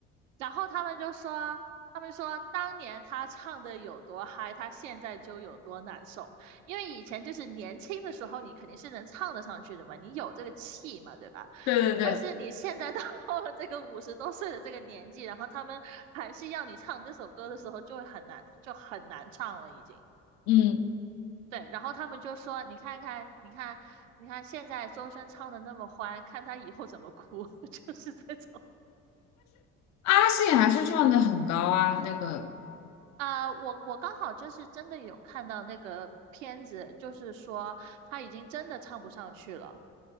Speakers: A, on the right (about 70°); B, on the left (about 45°).
A: 然后他们就说，他们说当年他唱的有多嗨，他现在就有多难受。因为以前就是年轻的时候，你肯定是能唱得上去的嘛，你有这个气嘛，对吧？
B: 对对对。
A: 但是你现在到了这个五十多岁的这个年纪，然后他们还是要你唱这首歌的时候，就会很难，就很难唱了已经。
B: 嗯，
A: 对，然后他们就说：“你看看，你看，你看，现在周深唱的那么欢，看他以后怎么哭。” <laughs> 就是这种
B: 阿信还是唱的很高啊，那个
A: 啊、我我刚好就是真的有看到那个片子，就是说他已经真的唱不上去了，